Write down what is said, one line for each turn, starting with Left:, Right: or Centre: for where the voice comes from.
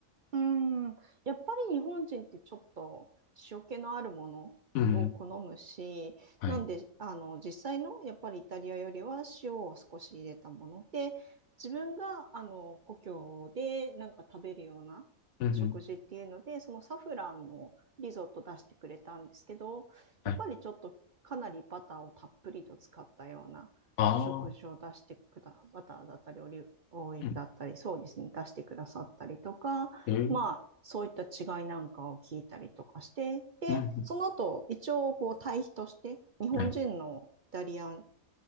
Right: うん、やっぱり日本人ってちょっと塩気のあるものを好むし、
Left: うんうん。はい。
Right: なんで、あの、実際のやっぱりイタリアよりは塩を少し入れたもので、自分が、あの、故郷でなんか食べるような食事っていうので、
Left: うんうん。
Right: そのサフランのリゾット出してくれたんですけど、
Left: はい。
Right: やっぱりちょっとかなりバターをたっぷりと使ったようなお食事を出してくだ、
Left: ああ。
Right: バターだったり、オリーブオイルだったり、
Left: うん。
Right: そうですね、出してくださったりとか、
Left: へえ
Right: まあ、そういった違いなんかを聞いたりとかして、で、
Left: うん
Right: その後、一応、こう、対比として、日本人のイタリアン、
Left: うん。はい。